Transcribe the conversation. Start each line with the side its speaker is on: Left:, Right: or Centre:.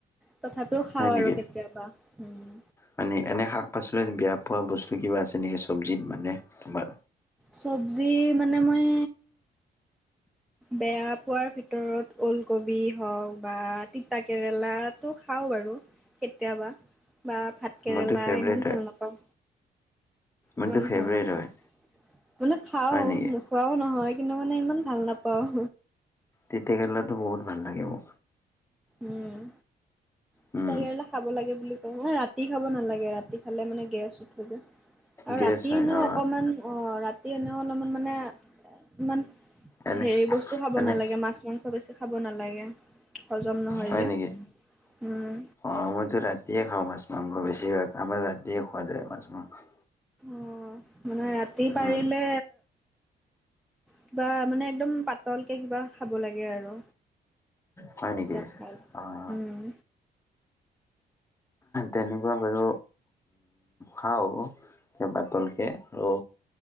Centre: তথাপিও খাওঁ
Left: হয় নেকি
Centre: আৰু কেতিয়াবা উম।
Left: মানে এনে শাক পাচলিত বেয়া পোৱা বস্তু কিবা আছে নেকি চবজিত মানে তোমাৰ
Centre: চবজি মানে মই বেয়া পোৱাৰ ভিতৰত ওলকবি হওক বা তিতা কেৰেলাটো খাওঁ বাৰু। কেতিয়াবা বা ভাতকেৰেলা
Left: মোৰতো ফেভৰেট
Centre: ইমান ভাল নাপাওঁ।
Left: মোৰটো
Centre: ইমান
Left: ফেভৰেট
Centre: ভাল নাপাওঁ
Left: হয়।
Centre: মানে খাওঁ
Left: হয় নেকি
Centre: নোখোৱাও নহয় কিন্তু মানে ইমান ভাল নাপাওঁ।
Left: তিতা কেৰেলা টো বহুত ভাল লাগে মো।
Centre: উম তিতা
Left: উম
Centre: কেৰেলা খাব লাগে বুলি নহয় ৰাতি খাব নালাগে ৰাতি খালে মানে গেছ উঠে যে। আৰু
Left: গেছ
Centre: ৰাতি
Left: হয়
Centre: এনেও
Left: অ
Centre: অকমান অ ৰাতি এনেও অলপমান মানে। ইমান
Left: এনে
Centre: হেৰি বস্তু খাব
Left: এনে
Centre: নালাগে মাছ মাংস বেছি খাব নালাগে। হজম নহয়
Left: হয়
Centre: যে
Left: নেকি
Centre: উম
Left: অ মইতো ৰাতিয়ে খাওঁ মাছ, মাংস, বেছিভাগ আমাৰ ৰাতিয়ে খোৱা যায় মাছ মাংস।
Centre: অ মানে ৰাতি
Left: উম
Centre: পাৰিলে কিবা মানে একদম পাতলকে কিবা খাব লাগে। আৰু
Left: হয়
Centre: তেতিয়া
Left: নেকি
Centre: ভাল
Left: অ
Centre: উম।
Left: তেনেকুৱা বাৰু খাওঁ সেই পাতলকে আৰু